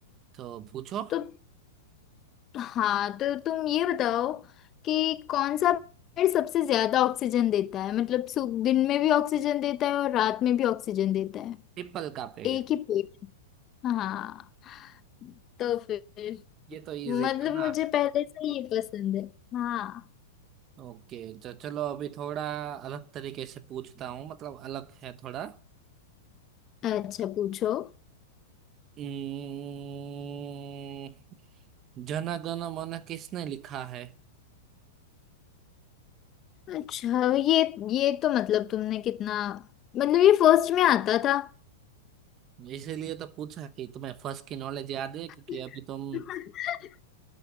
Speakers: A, on the right (about 25°); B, on the left (about 25°).
A: तो पूछो
B: तो हाँ तो तुम ये बताओ कि कौन सा पेड़ सबसे ज्यादा ऑक्सीजन देता है मतलब सु- दिन में भी ऑक्सीजन देता है और रात में भी ऑक्सीजन देता है
A: पीपल का पेड़
B: एक ही पेड़ हाँ तो फिर
A: ये तो इजी
B: मतलब
A: था
B: मुझे पहले से ये पसंद है हाँ
A: ओके तो चलो अभी थोड़ा अलग तरीके से पूछता हूँ मतलब अलग है थोड़ा
B: अच्छा पूछो
A: हम्म, जन गण मन किसने लिखा है
B: अच्छा ये ये तो मतलब तुमने कितना मतलब ये फर्स्ट में आता था
A: इसीलिए तो पूछा कि तुम्हें फर्स्ट की नॉलेज याद है क्योंकि
B: <laughs>
A: अभी तुम